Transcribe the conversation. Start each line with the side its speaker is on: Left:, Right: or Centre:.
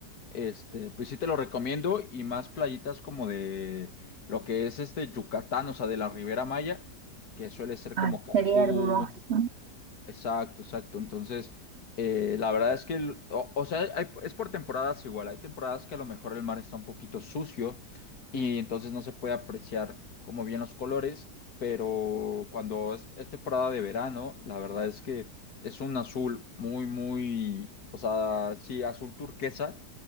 Left: este, pues sí te lo recomiendo y más playitas como de lo que es este Yucatán, o sea, de la Ribera Maya, que suele ser
Right: Ay,
Left: como Cancún.
Right: sería hermoso.
Left: Exacto, exacto. Entonces, eh, la verdad es que, el- o, o sea, hay- es por temporadas igual. Hay temporadas que a lo mejor el mar está un poquito sucio y entonces no se puede apreciar como bien los colores, pero cuando es, es temporada de verano, la verdad es que es un azul muy, muy, o sea, sí, azul turquesa